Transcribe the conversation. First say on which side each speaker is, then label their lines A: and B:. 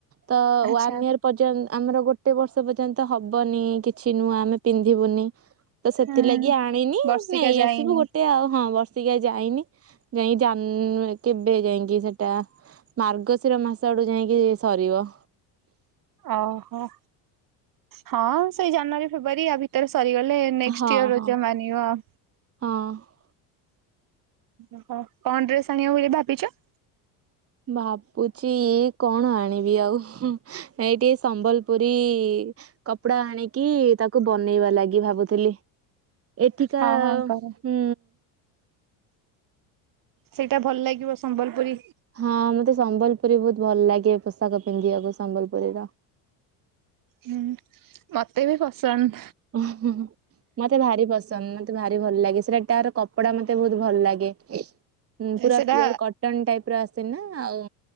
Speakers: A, on the right (about 35°); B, on the right (about 50°).
A: ତ
B: ଆଚ୍ଛା
A: ୱାନ୍ ୟର। ପର୍ଯ୍ୟନ୍ତ ଆମର ଗୋଟେ ବର୍ଷ ପର୍ଯ୍ୟନ୍ତ ହବନି କିଛି ନୂଆଁ ଆମେ ପିନ୍ଧିବୁନି। ତ ସେଥିଲାଗି
B: ହୁଁ
A: ଆଣିନି
B: ବର୍ଷିକା
A: ନେଇ
B: ଯାଇନି।
A: ଆସିବୁ ଗୋଟେ। ଏତେ ଆଉ ହଁ ବର୍ଷିକିଆ ଯାଇନି ଯାଇକେବେ ଯାଇକି ସେଟା। ମାର୍ଗଶିର ମାସ ଆଡୁ ଯାଇକି ସରିବ।
B: ଓହୋ ହଁ ସେଇ ଜାନୁଆରୀ ଫେବୃଆାରୀ ଆ ଭିତରେ ସରିଗଲେ। ନେକ୍ସଟ
A: ହଁ,
B: ଇୟର ରଜ
A: ହଁ,
B: ମାନିବ ଆଉ।
A: ହଁ।
B: ଓହୋ କଣ ଡ୍ରେସ୍ ଆଣିବ ବୋଲି ଭାବିଛ?
A: ଭାବୁଛି କଣ ଆଣିବି ଆଉ ଏଇଠି ସମ୍ବଲପୁରୀ କପଡ଼ା ଆଣିକି ତାକୁ ବନେଇବା ଲାଗି ଭାବୁଥିଲି। ଏଠିକା
B: ହଁ, ହଁ କର।
A: ହୁଁ
B: ସେଇଟା ଭଲ ଲାଗିବ ସମ୍ବଲପୁରୀ।
A: ହଁ ମତେ ସମ୍ବଲପୁରୀ ବହୁତ ଭଲ ଲାଗେ ପୋଷାକ ପିନ୍ଧିବାକୁ ସମ୍ବଲପୁରୀର।
B: ହୁଁ ମତେ ବି ପସନ୍ଦ।
A: ହ ହୁଁ। ମତେ ଭାରି ପସନ୍ଦ ମତେ ଭାରି ଭଲ ଲାଗେ ସେଟା ତାର କପଡ଼ା ମତେ ବହୁତ ଭଲ ଲାଗେ। ପୁରା
B: ସେଟା
A: ପିଓର କଟନ ଟାଇପର ଆସେ ନା ଆଉ